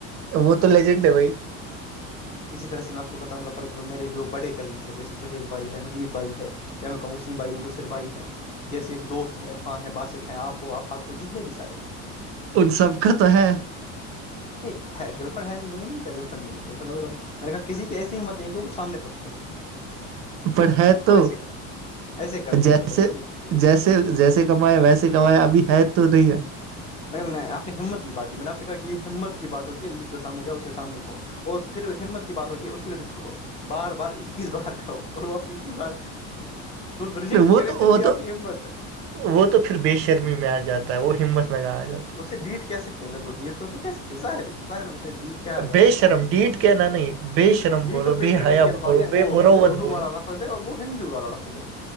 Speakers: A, on the right; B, on the left.
A: وہ تو لیجنڈ ہے بھائی
B: <inaudible> اسی طرح سے میں آپ کو بتاؤںا فار اگزامپل میرے جو بڑے کزنس ہیں جیے سہیل بھائی ہے نوید بھائی ہے یا میں کہوں واسیم بھائی مداسر بھائی ہیں جیسے ایک دوست ہیں عرفان ہیں باسط ہیں آپ ہو آف ہاق ہو جتنے بھی سارے
A: ان سب کا تو ہے
B: نہیں ہےگرلف فرنڈ ہے نہیں میں نے نہیں گرلفرینڈ نہیں گرل فنڈ میں نے کہا کسی کی ایسی ہمت نہیں ہے کہ وہ سامنے پرپوز کر سکے
A: پر ہے تو
B: وہ ایسے کر ایسے کرتے
A: جب
B: ہیں مطلب
A: سے
B: کسی کو
A: جیسے جیسے کمایا ویسے کمایا ابھی ہے تو نہیں ہے
B: میں آپ ہمت کی بات کی میں نے آپ کہ یہ ہمت کی بات ہوتی ہے لڑکی سامنے جاؤ اسے سامنے کہاو اور پھر ہمت کی بات ہوتی ہے اسی لڑکی کو بار بار اکیس بار کہو اور وہ آپ اکیس بار
A: ہے
B: ریجیکٹ
A: وہ
B: کرے
A: تو
B: پھر
A: وہ
B: بھی آپ
A: تو
B: کی ہمت ہے
A: وہ تو پھر بے شرمی میں آ جاتا ہے وہ ہمت میں نہیں جاتا ہے
B: اس ڈیٹ کہہ سکتے ہیں بالکل ڈیٹ تو اسے کہہ سکتے ہیں ظاہر ظاہر اسے ڈیٹ کے
A: ہے
B: کہا جا
A: بے
B: سکتا
A: شرم
B: ہے
A: ڈیٹ کہنا نہیں بے شرم
B: ڈیٹ
A: بولو
B: اور بے شرم
A: حیا
B: ایک ہی الفاظ
A: بولو
B: ہیں وہ
A: بے مروت
B: اردو
A: بولو
B: والا لفظ ض اور وہ ہندو والا لفظ ہے